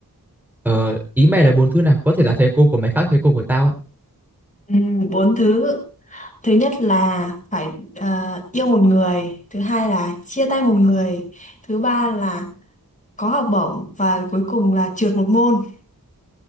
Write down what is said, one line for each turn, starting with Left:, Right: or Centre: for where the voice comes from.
Centre: Ờ, ý mày là bốn thứ nào? Có thể là thầy cô của mày khác thầy cô của tao ạ.
Left: Ừ, bốn thứ. Thứ nhất là phải ờ, yêu một người, thứ hai là chia tay một người, thứ ba là có học bổng và cuối cùng là trượt một môn.